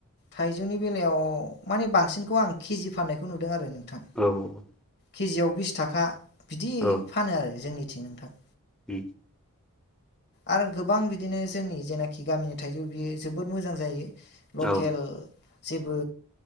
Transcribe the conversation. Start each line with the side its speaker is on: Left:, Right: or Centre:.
Left: थाइजौनि बेलायाव माने बांसिनखौ आं केजि फाननायखौ नुदों आरो नोंथां
Centre: औ औ
Left: केजियाव बिस थाखा बिदि
Centre: औ
Left: फानो आरो जोंनिथिं नोंथां
Centre: उम
Left: आरो गोबां बिदिनो जोंनि जेनाखि गामिनि थाइजौ बियो जोबोद मोजां जायो।
Centre: औ
Left: लकेल जेबो